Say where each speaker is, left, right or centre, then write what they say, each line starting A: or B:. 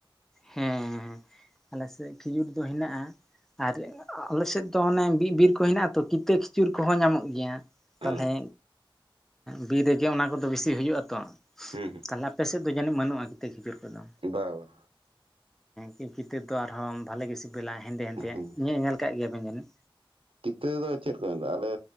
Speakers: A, in the centre; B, on the right.
A: ᱦᱮᱸ ᱟᱞᱮᱥᱮᱫ ᱠᱷᱤᱡᱩᱨ ᱫᱚ ᱦᱮᱱᱟᱜᱼᱟ ᱟᱨ ᱟᱞᱮᱥᱮᱫ ᱚᱱᱮ ᱵᱤ-ᱵᱤᱨ ᱠᱚ ᱦᱮᱱᱟᱜᱼᱟ ᱛᱚ ᱠᱤᱛᱟᱹ ᱠᱷᱤᱡᱩᱨ ᱠᱚᱦᱚᱸ ᱧᱟᱢᱚᱜ ᱜᱮᱭᱟ
B: ᱦᱮᱸ
A: ᱛᱟᱞᱦᱮ ᱵᱤᱨ ᱨᱮᱜᱮ ᱚᱱᱟ ᱠᱚᱫᱚ ᱵᱤᱥᱤ ᱦᱩᱭᱩᱜ-ᱟ ᱛᱚ
B: ᱦᱩᱸ
A: ᱛᱟᱦᱞᱮ ᱟᱯᱮ ᱥᱮᱫ ᱫᱚ ᱡᱟᱹᱱᱤᱡ ᱵᱟᱹᱱᱩᱜᱼᱟ ᱠᱤᱛᱟᱹ <unintelligible> ᱠᱷᱤᱡᱩᱨ ᱠᱚᱫᱚ
B: ᱦᱩᱸ ᱵᱟ ᱵᱟ
A: ᱦᱮᱸ ᱠᱤᱛᱟᱹ ᱫᱚ ᱟᱨᱦᱚᱸ ᱵᱷᱟᱞᱮ ᱜᱮ ᱥᱤᱵᱤᱞᱟ ᱦᱮᱸᱫᱮ ᱦᱮᱸᱫᱮ
B: ᱦᱩᱸ
A: ᱧᱮ-ᱧᱮᱞ ᱠᱟᱜ ᱜᱮᱭᱟᱵᱤᱱ ᱡᱟᱹᱱᱤᱡ
B: ᱠᱤᱛᱟᱹ ᱫᱚ ᱪᱮᱫ ᱠᱚ ᱢᱮᱛᱟᱜ-ᱟ ᱟᱞᱮ